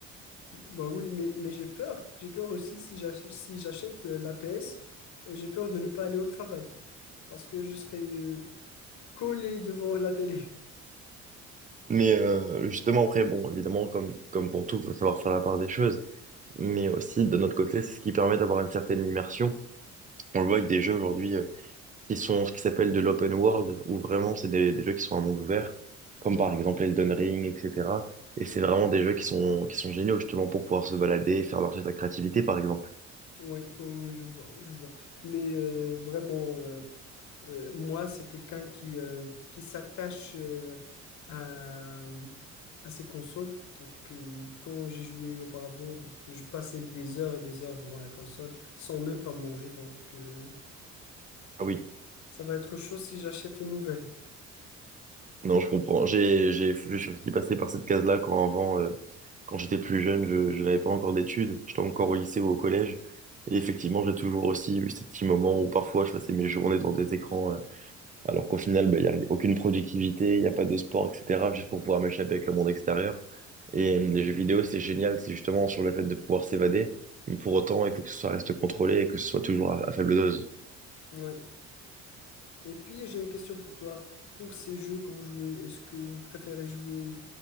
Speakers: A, on the left (about 75°); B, on the right (about 25°).
A: Bah oui, mais, mais j'ai peur. J'ai peur aussi si j'ach- si j'achète euh, la PS, euh, j'ai peur de ne pas aller au travail parce que je serai euh, collé devant la télé. <laughs>
B: Mais euh, justement, après, bon, évidemment, comme, comme pour tout, il faut savoir faire la part des choses. Mais aussi, de notre côté, c'est ce qui permet d'avoir une certaine immersion. On le voit avec des jeux aujourd'hui euh, qui sont ce qui s'appelle de l'open world, où vraiment, c'est des, des jeux qui sont un monde ouvert, comme
A: Oui,
B: par exemple Elden Ring, etc. Et c'est vraiment des jeux qui sont, qui sont géniaux, justement, pour pouvoir se balader et faire marcher ta créativité, par exemple.
A: oui, oui, je vois, je vois. Mais euh, vraiment. euh, Euh, moi, c'est quelqu'un qui, euh, qui s'attache euh, à, à ses consoles. Donc, euh, quand j'ai joué auparavant, donc, je passais des heures et des heures devant la console sans même pas manger. Donc, euh,
B: Ah oui.
A: ça va être chaud si j'achète une nouvelle.
B: Non, je comprends. J'ai, j'ai, je suis aussi passé par cette case-là quand avant, euh, quand j'étais plus jeune, je, je n'avais pas encore d'études. J'étais encore au lycée ou au collège. Et effectivement, j'ai toujours aussi eu ces petits moments où parfois je passais mes journées devant des écrans, euh, alors qu'au final, bah, il n'y a aucune productivité, il n'y a pas de sport, etc., juste pour pouvoir m'échapper avec le monde extérieur. Et euh, les jeux vidéo, c'est génial, c'est justement sur le fait de pouvoir s'évader. Mais pour autant, il faut que ce soit reste contrôlé et que ce soit toujours à à faible dose.
A: Oui. Et puis, j'ai une question pour toi. Pour ces jeux que vous jouez, est-ce que vous préférez jouer